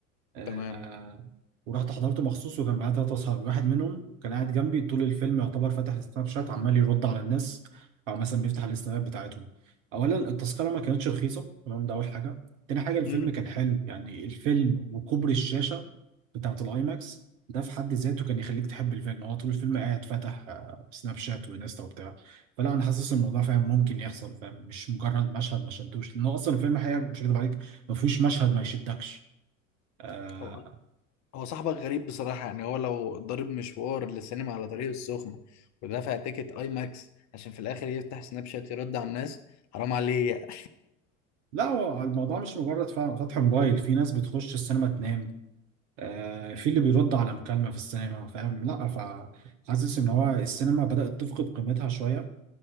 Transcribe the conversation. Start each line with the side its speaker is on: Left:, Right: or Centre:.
Right: آه
Left: تمام
Right: ورحت حضرته مخصوص وكان معايا ثلاثة أصحابي واحد منهم كان قاعد جنبي طول الفيلم يعتبر فاتح السناب شات عمال يرد على الناس أو مثلا بيفتح السنابات بتاعتهم أولا التذكرة ما كانتش رخيصة تمام ده أول حاجة تاني حاجة الفيلم
Left: امم
Right: كان حلو يعني الفيلم وكبر الشاشة بتاعة الآي ماكس ده في حد ذاته كان يخليك تحب الفيلم هو طول الفيلم قاعد فاتح آه، سناب شات وانستا وبتاع فلا انا حاسس إن الموضوع فاهم ممكن يحصل فاهم مش مجرد مشهد ما شدوش لانه اصلا الفيلم حقيقة مش هكدب عليك ما فيهوش مشهد ما يشدكش آه،
Left: هو هو صاحبك غريب بصراحة يعني هو لو ضرب مشوار للسينما على طريق السخنة ودفع تيكت اي ماكس عشان في الاخر يفتح سناب شات يرد على الناس حرام عليه
Right: لا هو الموضوع مش مجرد فعلا فتح موبايل في ناس بتخش السينما تنام آه في اللي بيرد على مكالمة في السينما فاهم لا فحاسس ان هو السينما بدأت تفقد قيمتها شوية